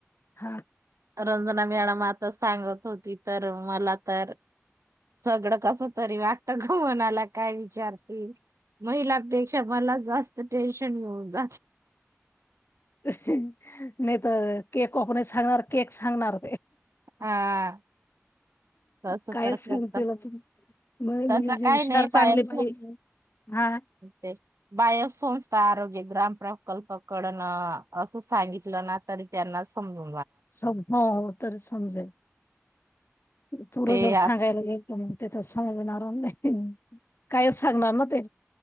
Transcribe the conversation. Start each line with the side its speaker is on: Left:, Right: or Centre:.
Left: हा
Right: रंजना मॅडम आता सांगत होती तर मला तर सगळं कसं तरी वाटतं गं, मनाला काय विचारती? महिलांपेक्षा मला जास्त टेन्शन येऊन जातं.
Left: नाही तर केक <unintelligible> नाही सांगणार केक सांगणार.
Right: हा, तसं
Left: काय
Right: तर
Left: सांगतीलच
Right: <unintelligible>
Left: म्हणजे
Right: तसं
Left: जी
Right: काय
Left: हुशार
Right: नाही,
Left: चांगली
Right: बायांच्या
Left: बाई हा
Right: ते बाह्य संस्था आरोग्य ग्राम प्रकल्प. कडणं असं सांगितलं ना तरी त्यांना समजु
Left: सम हो तर समजेल. पुरं
Right: ते
Left: जर सांगायला
Right: आता-
Left: गेलं त म. ते तर समजणार नाही, कायच सांगणार ना ते,